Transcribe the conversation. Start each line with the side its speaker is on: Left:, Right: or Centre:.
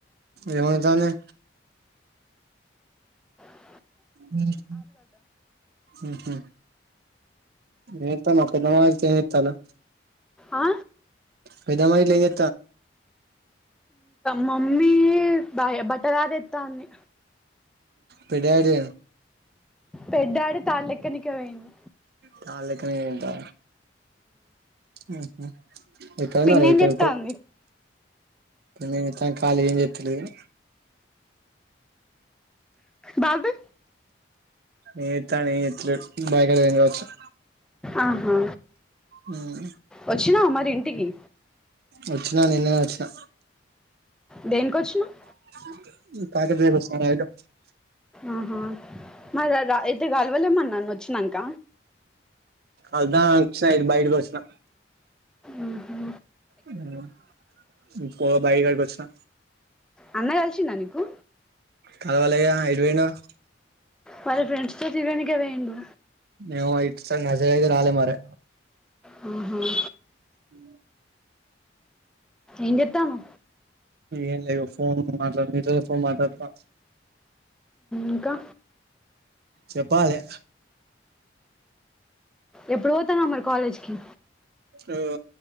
Right: ఏమండుతంది
Centre: స
Right: ఉమ్ ఉహూ ఏంత మకు నతేని ఇత్తలా
Centre: ఆ
Right: పెద్ద గెయిట్లేదే
Centre: మమ్మీ బా బట్టరాలెత్త వుంది
Right: పెద్ద డాడీ
Centre: పెద్దాడు తాళెక్కనిక పోయిండు
Right: తాలెక్కన ఎంటా ఉహూ ఎక్కడున్నారు
Centre: పిన్ని ఏం
Right: ఎక్కడెక్కడో
Centre: చేత్తాంది
Right: నేనైతే ఖాళీగా ఏం చేత్తలేదు
Centre: బాబి
Right: ఏం చేత్తం ఏం చేత్తలేదు బాయకడ పనిచేత్తం
Centre: ఆహా
Right: ఉమ్
Centre: వచ్చినావా మరి ఇంటికి
Right: వచ్చిన నిన్నే వచ్చిన
Centre: దేనికొచ్చినావ్
Right: <unintelligible>
Centre: ఆహా మా దదా అయితే కాలవలేమన్న వచ్చినాక
Right: అద్ద వచ్చిన బయటకి వచ్చిన
Centre: ఉహూ
Right: ఉమ్ ఇప్పుడు దా బాయకాడికొచ్చినా
Centre: అన్న కలిసిండా నీకు
Right: కావాలయ ఎటుపోయినవ్
Centre: వాళ్ళ ఫ్రెండ్స్ తో తీ యడానికి పోయిండు
Right: మేము ఇటు సై ఆ సైడ్ అయితే రాలే మరి
Centre: మ్మ్ఉమ్మ్
Right: ఉ
Centre: ఏం చెత్తానవ్
Right: ఏంలే ఇగో ఫోన్ మాట్లాడు నీతో ఫోన్ మాట్లాడుతున్న
Centre: ఇంకా
Right: చెప్పాలి
Centre: ఎప్పుడు పోతాన్నావ్ మరి కాలేజ్‌కి
Right: ఆ